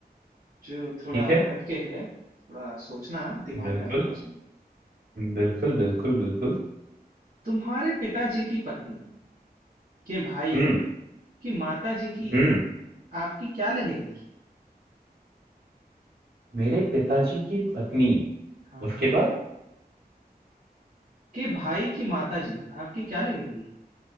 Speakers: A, on the right; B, on the right.
A: जो थोड़ा
B: ठीक है
A: हटके है थोड़ा सोचना दिमाग
B: बिल्कुल
A: लगाना उसमें
B: बिल्कुल बिल्कुल बिल्कुल
A: तुम्हारे पिताजी की पत्नी के भाई
B: हम्म
A: की माता जी की
B: हम्म
A: आपकी क्या लगेंगी
B: मेरे पिताजी की पत्नी
A: हाँ
B: उसके
A: हाँ
B: बाद
A: के भाई की माता जी आपकी क्या लगेंगी